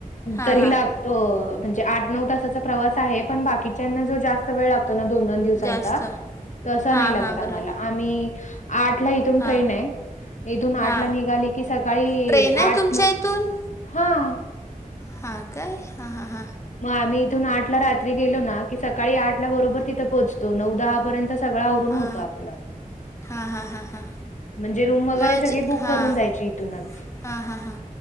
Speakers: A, on the left (about 20°); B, on the left (about 55°).
A: हां
B: तरी
A: हां
B: लाग तो, म्हणजे आठ नऊ तासाचा प्रवास आहे, पण बाकीच्यांना जो जास्त वेळ लागतो ना, दोन दोन दिवसांचा,
A: जास्त
B: तसा
A: हां
B: नही लागत
A: हां
B: आम्हाला,
A: बरोबर
B: आम्ही आठ ला इथून
A: हां
B: ट्रेन ये, इथून आठला
A: हां
B: निघाली की सकाळी
A: ट्रेन आहे
B: आठ
A: तुमच्या इथून
B: हां.
A: हां काय? हां हां हां
B: मग आम्ही इथून आठ ला रात्री गेलो ना, की सकाळी आठ ला बरोबर तिथे पोहोचतो, नऊ दहापर्यंत सगळं आवरून
A: हां
B: होत आपलं.
A: हां हां हां हां
B: म्हणजे रूम वगैरे
A: मग
B: सगळी बुक
A: हां
B: करून जायची इथूनच.
A: हां हां हां,